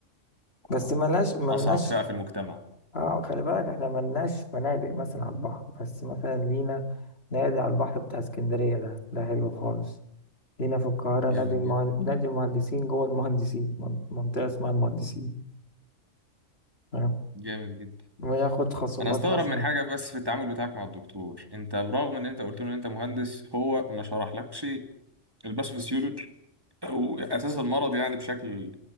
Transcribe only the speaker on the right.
آه،
اصعب فئة في المجتمع
جامد
جدا
جامد جدا
انا استغرب
من حاجه بس في التعامل بتاعك مع الدكتور انت برغم ان انت قلت له ان انت مهندس هو ما شرحلكش الباثوفيسيولوجي او اساس المرض يعني بشكل